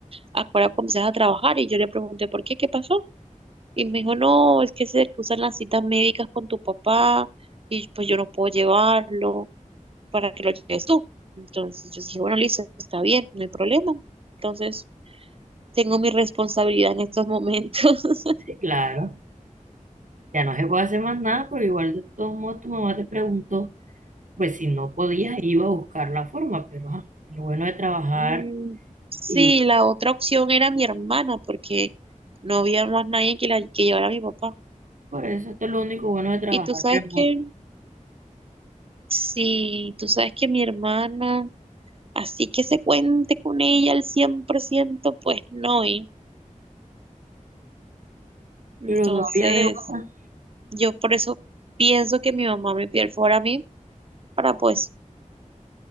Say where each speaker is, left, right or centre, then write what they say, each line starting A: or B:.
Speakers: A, on the right; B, on the right.
A: ahora comienzas a trabajar? Y yo le pregunté, ¿por qué? ¿Qué pasó? Y me dijo, no, es que se cruzan las citas médicas con tu papá y pues yo no puedo llevarlo para que lo lleves tú. Entonces yo dije, bueno, listo, está bien, no hay problema. Entonces tengo mi responsabilidad en estos momentos. <laughs>
B: Sí, claro. Ya no se puede hacer más nada, pero igual de todos modos tu mamá te preguntó, pues si no podías, iba a buscar la forma. Pero ajá, lo bueno de trabajar,
A: Mm, Sí,
B: y
A: la otra opción era mi hermana, porque no había más nadie que, la, que llevara a mi papá.
B: por eso esto es lo único bueno de trabajar
A: Y tú sabes
B: remoto.
A: que, sí, tú sabes que mi hermana, así que se cuente con ella al 100% pues no. Y entonces,
B: Pero todavía de otra,
A: yo por eso pienso que mi mamá me perfora a mí, para pues,